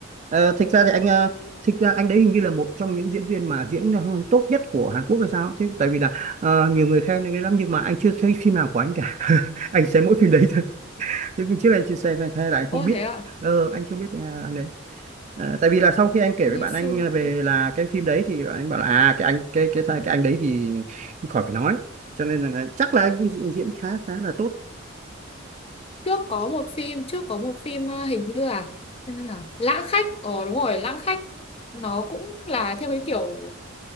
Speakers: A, on the right (about 35°); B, on the left (about 30°).
A: Ờ, thực ra thì anh ờ, thực ra anh đấy hình như là một trong những diễn viên mà diễn ờ, tốt nhất của Hàn Quốc hay sao thế tại vì là ờ, nhiều người khen anh ấy lắm nhưng mà anh chưa thấy phim nào của anh cả <laughs> anh xem mỗi phim đấy thôi chứ phim trước anh chưa xem hay hay là anh
B: ôi
A: không biết
B: thế ạ
A: ờ, anh chưa biết ờ, anh đấy À, tại vì là sau khi anh kể
B: Lee
A: với bạn anh
B: Seung
A: về là cái phim đấy thì bạn anh bảo là à cái anh cái cái cái, cái anh đấy thì khỏi phải nói cho nên là, là chắc là anh diễn diễn khá khá là tốt
B: trước có một phim trước có một phim ờ, hình như là hình như là Lãng Khách ờ đúng rồi Lãng Khách nó cũng là theo cái kiểu